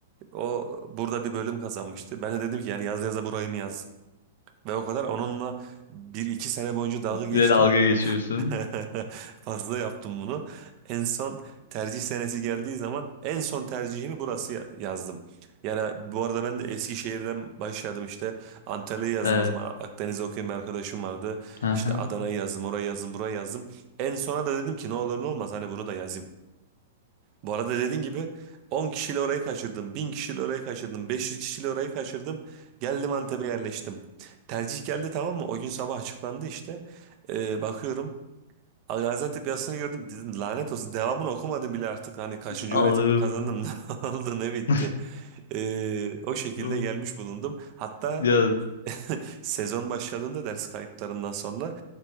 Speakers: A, on the right; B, on the left.
A: o burada bir bölüm kazanmıştı. Ben de dedim ki yani yaz yaza burayı mı yazdım? Ve o kadar onunla bir iki sene boyunca dalga geçtim
B: Bir de dalga geçiyorsun.
A: <laughs> Fazla yaptım bunu. En son tercih senesi geldiği zaman en son tercihimi burası ya- yazdım. Yani bu arada ben de Eskişehir'den başladım işte. Antalya'yı yazdım
B: Evet.
A: o zaman. Akdeniz'de okuyan bir arkadaşım vardı.
B: Aha.
A: İşte Adana'yı yazdım, orayı yazdım, burayı yazdım. En sona da dedim ki ne olur ne olmaz hani bunu da yazayım. Bu arada dediğin gibi 10 kişiyle orayı kaçırdım, 1000 kişiyle orayı kaçırdım, 500 kişiyle orayı kaçırdım. Geldim Antep'e yerleştim. Tercih geldi tamam mı? O gün sabah açıklandı işte. Ee, bakıyorum Gaziantep yazısını gördüm dedim lanet olsun devamını okumadım bile artık hani kaçıncı
B: Allah'ım.
A: öğretimde kazandım <laughs> ne oldu ne bitti
B: <laughs>
A: Ee, o şekilde
B: Oo.
A: gelmiş bulundum hatta
B: Ya.
A: <laughs> Sezon başladığında ders kayıtlarından sonra